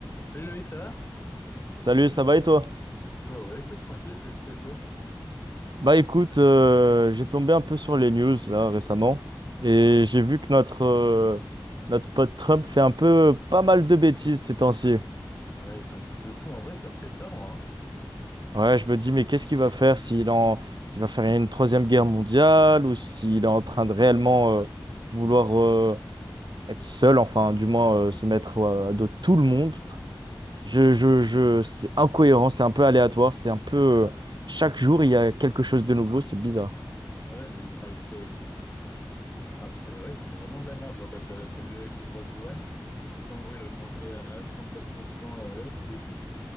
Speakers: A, on the left; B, on the right.
A: Salut Loïc, ça va?
B: Salut, ça va et toi?
A: Bah ouais, écoute, tranquille, qu'est-ce que tu fais de beau?
B: Bah écoute, euh, j'ai tombé un peu sur les news là récemment et j'ai vu que notre, euh, notre pote Trump fait un peu pas mal de bêtises ces temps-ci.
A: Ouais, c'est un truc de fou, en vrai, ça me fait peur, moi.
B: Ouais, je me dis, mais qu'est-ce qu'il va faire s'il en... il va faire une troisième guerre mondiale ou s'il est en train de réellement euh, vouloir euh, être seul, enfin du moins euh, se mettre euh, à dos de tout le monde. Je, je, je... C'est incohérent, c'est un peu aléatoire, c'est un peu... euh, Chaque jour, il y a quelque chose de nouveau, c'est bizarre.
A: hein. Ouais, mais enfin, il fait... Enfin, c'est... Ouais, il fait vraiment de la merde, genre, bah, t'as t'as vu avec les droits de douane? C'est en gros, il a augmenté à 34% euh, tous les trucs qui,